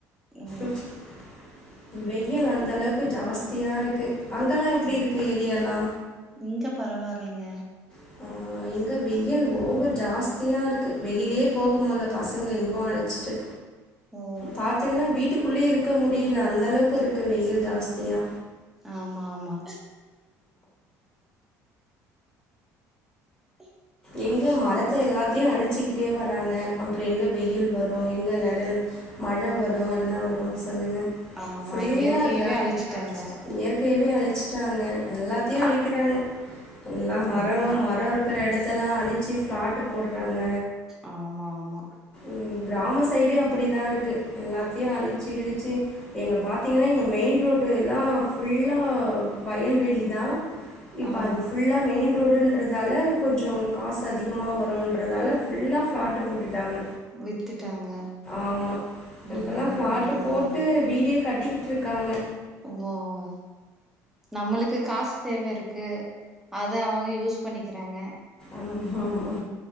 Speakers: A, in the centre; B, on the left.
A: ஓ
B: ம் வெயில்அந்த அளவுக்கு ஜாஸ்தியா இருக்கு அங்கலா எப்புடி
A: ஆ
B: இருக்கு ஏரியாலா
A: இங்க பரவாலைங்க
B: <unintelligible> இங்க வெயில் ஓவர் ஜாஸ்தியாக இருக்கு வெளியிலே போக முல்ல பசங்கள எங்கு அழஞ்ச்சிட்டு
A: ஓ
B: பாத்தீங்னா வீட்டுக்குள்ளே இருக்க முடியில அந்த அளவுக்கு இருக்கு வெயில் ஜாஸ் யா
A: ஆமா ஆமா இஹ்
B: எங்க மரத்த எல்லாத்தையு அழிச்சிக்கிட்டே வராங்க அப்புறோ எங்க வெயில் வரு எங்க நெழல் மழ வரு என்ன வரு சொல்லுங்க
A: ஆமா
B: ஃபுல்லா
A: இயற்கையவே
B: கிராமியவே
A: அழிச்சுட்டாங்க
B: அழுச்சுட்டாங் இயற்கையவே அழிச்சுட்டாங்க எல்லாத்தையு அலிக்கிறாங்க எல்லா மரோ
A: ஆமா
B: மர இருக்குற எடத்தல்லா அழிச்சு ஃப்ளாட்டு் போடுறாங்க
A: ஆமாஆமா
B: ம் கிராம சைடே அப்டிதாஃ இருக்கு எல்லாத்தையு அழிச்சு கிழிச்சு எங்க பாத்தீங்கனா எங்க மெயின் ரோடுல்லாஃபுல்லா வயல்வெளி தா இப்ப
A: ஆ
B: அது ஃபுல்லா மெயின் ரோடுன் றதால கொஞ்சோ காசு அதிகமா வருன்றதால ஃபுல்லா ஃ பிளாட்டு் போட்டுட்டாங்க
A: வித்துட்டாங்க
B: ஆமா இப்பலா
A: என்னங்க
B: ஃப்ளாட்டு
A: பண்றது
B: போட்டு வீடே கட்டிக்கிட்டிருக்காங்க
A: ஒவ்வவ்வாய் நம்மளுக்கு காசு தேவயிருக்கு அத அவங்க யூஸ் பண்ணிக்கிறாங்க
B: ஆமா ஆமா